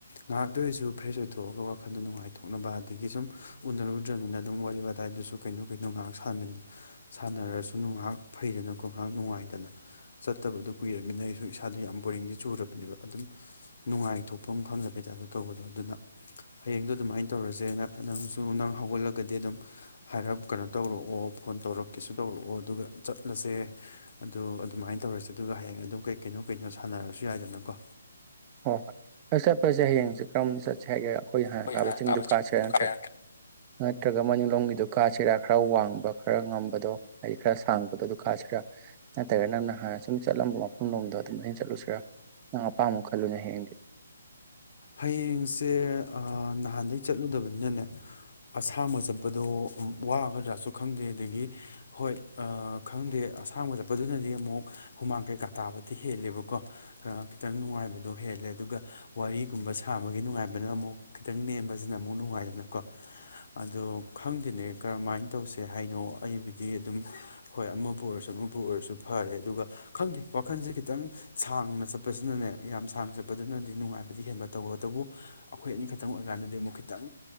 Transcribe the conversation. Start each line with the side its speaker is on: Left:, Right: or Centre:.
Left: ꯉꯥꯏꯍꯥꯛꯇꯣ ꯑꯩꯁꯨ ꯐ꯭ꯔꯦꯁ ꯑꯣꯏꯊꯣꯛꯑꯒ ꯋꯥꯈꯟꯗꯣ ꯅꯨꯡꯉꯥꯏꯊꯣꯛꯅꯕ ꯑꯗꯒꯤ ꯁꯨꯝ ꯎꯅꯔꯨꯗ꯭ꯔꯕꯅꯤꯅ ꯑꯗꯨꯝ ꯋꯥꯔꯤ ꯋꯥꯇꯥꯏꯗꯨꯁꯨ ꯀꯩꯅꯣ ꯀꯩꯅꯣ ꯉꯥꯏꯍꯥꯛ ꯁꯥꯟꯃꯤꯟꯅ ꯁꯥꯟꯅꯔꯁꯨ ꯉꯥꯏꯍꯥꯛ ꯐꯩꯗꯅꯀꯣ ꯉꯥꯏꯍꯥꯛ ꯅꯨꯡꯉꯥꯏꯗꯅ ꯆꯠꯇꯕꯗ ꯀꯨꯏꯔꯕꯃꯤꯅ ꯑꯩꯁꯨ ꯏꯁꯥꯗ ꯌꯥꯝ ꯕꯣꯔꯤꯡꯗꯤ ꯆꯨꯔꯕꯅꯦꯕ ꯑꯗꯨꯝ꯫ ꯅꯨꯡꯉꯥꯏꯊꯣꯛꯄ ꯑꯃ ꯈꯪꯗꯕꯩꯇꯥꯗꯣ ꯇꯧꯕꯗꯣ ꯑꯗꯨꯅ ꯍꯌꯦꯡꯗꯣ ꯑꯗꯨꯃꯥꯏꯅ ꯇꯧꯔꯁꯦ ꯅꯪꯁꯨ ꯅꯪ ꯍꯧꯒꯠꯂꯒꯗꯤ ꯑꯗꯨꯝ ꯍꯥꯏꯔꯞ ꯀꯩꯅꯣ ꯇꯧꯔꯛꯑꯣ ꯐꯣꯟ ꯇꯧꯔꯛꯀꯦꯁꯨ ꯇꯧꯔꯛꯑꯣ ꯑꯗꯨꯒ ꯆꯠꯂꯁꯦ ꯑꯗꯨꯗ ꯑꯗꯨꯃꯥꯏꯅ ꯇꯧꯔꯁꯦ ꯑꯗꯨꯒ ꯍꯌꯦꯡ ꯑꯗꯨꯝ ꯀꯩ ꯀꯩꯅꯣ ꯀꯩꯅꯣ ꯁꯥꯟꯅꯔꯁꯨ ꯌꯥꯏꯗꯅꯀꯣ꯫
Right: ꯍꯣꯏ ꯍꯣꯏ ꯑꯗꯨ ꯆꯠꯄꯁꯦ ꯍꯌꯦꯡꯁꯦ ꯀꯔꯝꯅ ꯆꯠꯁꯦ ꯍꯥꯏꯒꯦꯔꯣ꯫ ꯑꯩꯈꯣꯏ ꯍꯥꯟꯅ
Left: ꯍꯣꯏ
Right: ꯀꯥꯕ ꯆꯤꯡꯗꯨ ꯀꯥꯁꯦ
Left: ꯌꯥꯝ
Right: ꯅꯠꯇ꯭ꯔ ꯅꯠꯇ꯭ꯔꯒ ꯃꯅꯤꯡꯂꯣꯝꯒꯤꯗꯨꯣ ꯀꯥꯁꯤꯔ ꯈꯔ ꯋꯥꯡꯕ ꯈꯔ ꯉꯝꯕꯗꯣ ꯍꯥꯏꯗꯤ ꯈꯔ ꯁꯥꯡꯕꯗꯣ ꯑꯗꯨ ꯀꯥꯁꯤꯔꯥ ꯅꯠꯇ꯭ꯔꯒ ꯅꯪꯅ ꯍꯥꯟꯅ ꯁꯨꯝ ꯆꯠꯂꯝꯕ ꯃꯐꯝꯂꯣꯝꯗ ꯑꯗꯨꯝ ꯍꯦꯟ ꯆꯠꯂꯨꯁꯤꯔꯥ ꯅꯪ ꯑꯄꯥꯝꯕ ꯈꯜ ꯈꯜꯂꯨꯅꯦ ꯍꯌꯦꯡꯗꯤ꯫
Left: ꯍꯌꯦꯡꯁꯦ ꯅꯍꯥꯟꯗꯩꯩ ꯆꯠꯂꯨꯗꯕꯅꯤꯅꯅꯦ ꯑꯁꯥꯡꯕ ꯆꯠꯄꯗꯣ ꯋꯥꯒꯗ꯭ꯔꯥꯁꯨ ꯈꯪꯗꯦ ꯑꯗꯒꯤ ꯍꯣꯏ ꯈꯪꯗꯦ ꯑꯁꯥꯡꯕ ꯆꯠꯄꯗꯨꯅꯗꯤ ꯑꯃꯨꯛ ꯍꯨꯃꯥꯡ ꯀꯩꯀꯥ ꯇꯥꯕꯗꯤ ꯍꯦꯜꯂꯦꯕꯀꯣ ꯈꯤꯇꯪ ꯅꯨꯡꯉꯥꯏꯕꯗꯣ ꯍꯦꯜꯂꯦ ꯑꯗꯨꯒ ꯋꯥꯔꯤ꯫ ꯁꯨꯝꯕ ꯁꯥꯕꯒꯤ ꯅꯨꯡꯉꯥꯏꯕꯅ ꯑꯃꯨꯛ ꯈꯤꯇꯪ ꯅꯦꯝꯕꯁꯤꯅ ꯑꯃꯨꯛ ꯅꯨꯡꯉꯥꯏꯗꯅꯀꯣ ꯑꯗꯣ ꯈꯪꯗꯦꯅꯦ ꯀꯔꯝꯍꯥꯏꯅ ꯇꯧꯁꯦ ꯍꯥꯏꯅꯣ ꯑꯩꯕꯨꯗꯤ ꯑꯗꯨꯝ ꯍꯣꯏ ꯑꯃꯕꯨ ꯑꯣꯏꯔꯁꯨ ꯑꯃꯕꯨ ꯑꯣꯏꯔꯁꯨ ꯐꯔꯦ ꯑꯗꯨꯒ ꯈꯪꯗꯦ ꯋꯥꯈꯜꯁꯦ ꯈꯤꯇꯪ ꯁꯥꯡꯅ ꯆꯠꯄꯁꯤꯅꯅꯦ ꯌꯥꯝ ꯁꯥꯡꯅ ꯆꯠꯄꯗꯨꯅꯗꯤ ꯅꯨꯡꯉꯥꯏꯕꯗꯤ ꯍꯦꯟꯕ꯫ ꯇꯧꯕꯇꯕꯨ ꯑꯩꯈꯣꯏ ꯑꯅꯤꯈꯛꯇꯪ ꯑꯣꯏꯔꯀꯥꯟꯗꯗꯤ ꯑꯃꯨꯛ ꯈꯤꯇꯡ